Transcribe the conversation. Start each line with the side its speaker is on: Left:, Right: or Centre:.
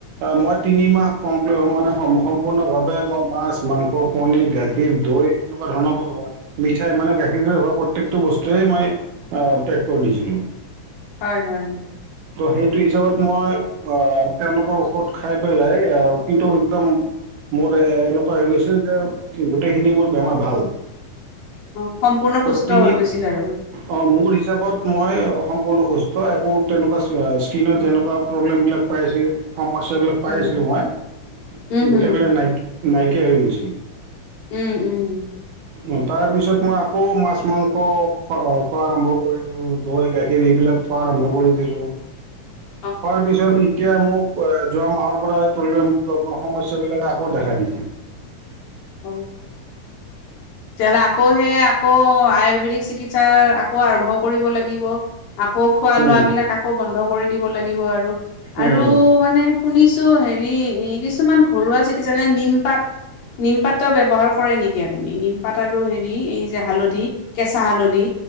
Right: মই তিনি মাহ কমপ্ মানে সম্পূৰ্ণভাৱে মই মাছ মাংস কণী গাখীৰ দৈ এনেকুৱা ধৰণৰ হয় মিঠাই মানে গাখীৰৰে হোৱা প্ৰত্যেকটো বস্তুৱয়ে মই কৰি দিছিলোঁ
Left: হয় হয়
Right: ত' সেইটো হিচাপত মই আহ তেওঁলোকৰ ঔষধ খাই পেলাই আহ কিন্তু একদম মোৰ এ এনেকুৱা হৈ গৈছে যে গোটেইখিনি মোৰ বেমাৰ ভাল
Left: অ সম্পূৰ্ণ
Right: ত
Left: সুস্থ
Right: তিনি
Left: হৈ গৈছিল আৰু
Right: অ মোৰ হিচাপত মই সম্পূৰ্ণ সুস্থ একো তেনেকুৱা স্কীনত
Left: উম
Right: যেনেকুৱা প্ৰব্লেম বিলাক পাইছে সমস্যবিলাক
Left: উম
Right: পাই আছিলো মই
Left: উম
Right: গোটেই
Left: উম
Right: বিলাক নাই নাইকিয়া হৈ গৈছিল
Left: উম উম
Right: অ তাৰ পিছত মই আকৌ মাছ মাংস খ খোৱা আৰম্ভ কৰিলো দৈ গাখীৰ এইবিলাক আৰম্ভ কৰিছিলো
Left: অ
Right: পোৱাৰ পিছত এতিয়া মোক যোৱা মাহৰ পৰাই পৰি সমস্যাাবলাকে আকৌ দেখা দিছিল
Left: অ তেতিয়াহ'লে আকৌ সেই আকৌ আয়ুৰ্বেদিক চিকিৎসা আকৌ আৰম্ভ কৰিব লাগিব আকৌ খোৱা লোৱ
Right: উম
Left: বিলাক আকৌ বন্ধ কৰি দিব লাগিব আৰু
Right: উম।
Left: আৰু মানে শুনিছো হেৰি কিছুমান ঘৰুৱা চ কি যেনে নিমপাত নিমপাতো ব্য্ৱহাৰ কৰে নেকি আপুনি নিমপাত আৰু হেৰি এই যে হালধি কেঁচা হালধি